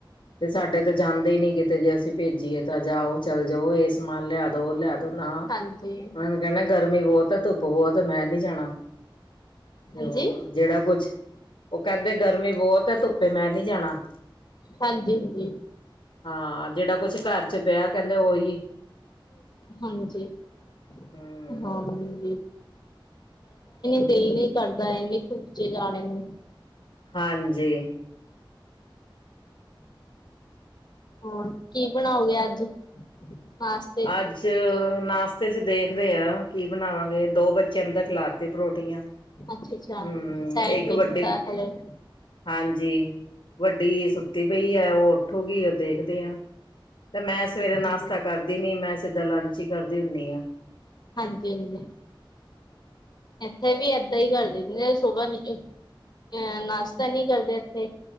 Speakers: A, on the left; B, on the left.
A: ਤੇ ਸਾਡੇ ਤੇ ਜਾਂਦੇ ਈ ਨੀ ਕਿਤੇ ਜੇ ਅਸੀਂ ਭੇਜੀਏ ਤਾਂ ਜਾਓ ਚੱਲ ਜਾਓ ਏ ਸਮਾਨ ਲਿਆ ਦੋ ਓ ਲਿਆ ਨਾ,
B: ਹਾਂਜੀ ਹਾਂਜੀ
A: ਓਨਾਂ ਨੇ ਕੈਨਾ ਗਰਮੀ ਬੋਤ ਐ ਧੁੱਪ ਬੋਤ ਐ ਮੈਂ ਨੀ ਜਾਨਾ।
B: ਹਾਂਜੀ
A: ਹੋਰ ਜੇੜਾ ਕੁਛ ਓ ਕੈਂਦੇ ਗਰਮੀ ਬੋਤ ਐ ਧੁੱਪੇ ਮੈਂ ਨੀ ਜਾਨਾ।
B: ਹਾਂਜੀ ਹੁਨੀ
A: ਹਾਂ, ਜੇੜਾ ਕੁਛ ਘਰ ਚ ਪੇਆ ਕੈਂਦੇ ਓਹੀ
B: ਹਾਂਜੀ <unintelligible> ਕਰਦਾ
A: ਹਮ
B: ਨਹੀਂ
A: ਹਾਂ
B: ਦਿਲ ਨਹੀਂ ਤੁਹਾਨੂੰ ਇੰਨੀ ਧੁੱਪ ਚ ਜਾਣੇ ਨੇ।
A: ਹਾਂਜੀ।
B: ਹੋਰ, ਕੀ ਬਣਾਓਗੇ ਅੱਜ ਪਾਸ
A: ਅੱਜ, ਨਾਸਤੇ ਚ ਦੇਖਦੇ ਆ। ਕੀ ਬਣਾਵਾਂਗੇ, ਦੋ ਬੱਚਿਆਂ ਨੂੰ ਖਿਲਾ ਤੀ ਪਰੋਠੀਆਂ।
B: ਅੱਛਾ-ਅੱਛਾ,
A: ਹਮ
B: ਡਿਸਾਈਡ
A: ਇੱਕ
B: ਨੀ
A: ਵੱਡੇ
B: ਕੀਤਾ ਹਲੇ।
A: ਹਾਂਜੀ, ਵੱਡੀ ਸੁੱਤੀ ਪਈ ਹੈ। ਉਹ ਉੱਠੂਗੀ ਦੇਖਦੇ ਆ। ਤੇ ਮੈਂ
B: ਅੱਛਾ
A: ਸਵੇਰੇ ਨਾਸਤਾ
B: ਜੀ
A: ਕਰਦੀ ਨਹੀਂ ਮੈਂ ਸਿੱਧਾ ਲੰਚ ਹੀ ਕਰਦੀ ਹੁੰਨੀ ਆ।
B: ਹਾਂਜੀ ਹਾਂਜੀ ਇੱਥੇ ਵੀ ਇਦਾਂ ਕਰ ਦਿੰਦੇ ਆ ਸੂਬਾ ਨਹੀਂ ਤੇ ਐਹ, ਨਾਸ਼ਤਾ ਨੀ ਕਰਦੇ ਇੱਥੇ।